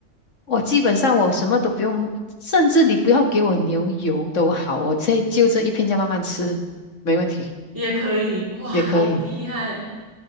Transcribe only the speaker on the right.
也可以。哇，好厉害，